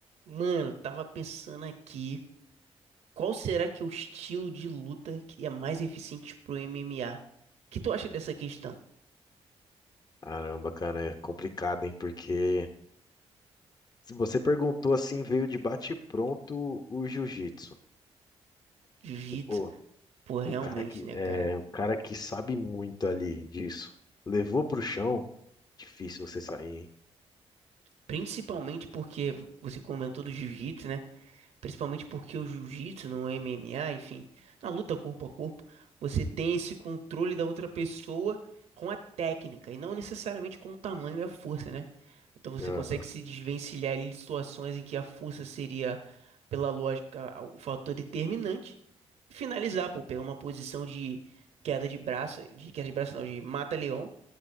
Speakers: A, on the right; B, on the left.
A: Mano, tava pensando aqui, qual será que é o estilo de luta que é mais eficiente pro MMA? O que tu acha dessa questão?
B: Caramba, cara, é complicado, hein? Porque se você perguntou assim, veio de bate-pronto o jiu-jitsu.
A: Jiu-jitsu,
B: E, pô,
A: pô, realmente,
B: o cara que
A: né,
B: é,
A: cara?
B: o cara que sabe muito ali disso, levou pro chão, difícil você sair, hein?
A: Principalmente porque você comentou do jiu-jitsu, né? Principalmente porque o jiu-jitsu, no MMA, enfim, na luta corpo a corpo, você tem esse controle da outra pessoa com a técnica e não necessariamente com o tamanho e a força, né? Então você
B: Aham,
A: consegue se desvencilhar ali de situações em que a força seria, pela lógica, o fator determinante e finalizar, pô, pegar uma posição de queda de braço, de queda de braço não, de mata-leão,